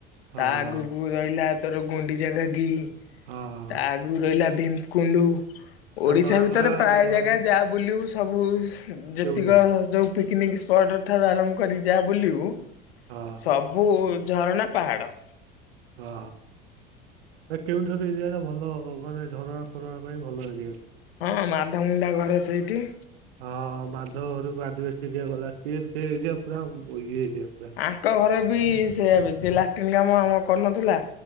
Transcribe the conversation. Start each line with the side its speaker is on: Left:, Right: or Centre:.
Right: ହଁ
Left: ତା ଆଗକୁ ରହିଲା ତୋର ଗୁଣ୍ଡିଚା ଘାଗି <unintelligible>
Right: ହଁ
Left: ତା ଆଗକୁ ରହିଲା ଭୀମ୍ କୁଣ୍ଡୁ।
Right: ସାନ
Left: ଓଡିଶା
Right: ଘାଗରା
Left: ଭିତରେ ପ୍ରାୟ
Right: ବଡ
Left: ଜାଗା
Right: ଘାଗରା
Left: ଯାଆ ବୁଲିବୁ ସବୁ ଯେତିକ
Right: କେଉଁଝର
Left: ଯୋଉ ପିକନିକ୍ ସ୍ପଟଠାରୁ ଆରମ୍ଭ କରି ଯା ବୁଲିବୁ।
Right: ହଁ
Left: ସବୁ ଏମ୍ ଝରଣା ପାହାଡ଼।
Right: ହଁ ଏ କେଉଁଝର ଏରିଆଟା ଭଲ ମାନେ ଝରଣା ଫରଣା ପାଇଁ ଭଲ ଏରିଆଟା।
Left: ହଁ ମାଧ ମୁୁଣ୍ଡା ଘରେ ସେଇଠି।
Right: ହଁ ମାଧ ଘରକୁ ଆଦିବାସି ଦିଆ ଗଲା ସିଏ ସେ ଏରିଆ ପୁରା ମ୍ ଇଏ। ଏରିଆ ପୁରା।
Left: ଆଙ୍କ ଘର ବି ସେୟା ବେ ଯେ ଲାଟି <unintelligible> କାମ ଆମ କରୁନଥିଲା।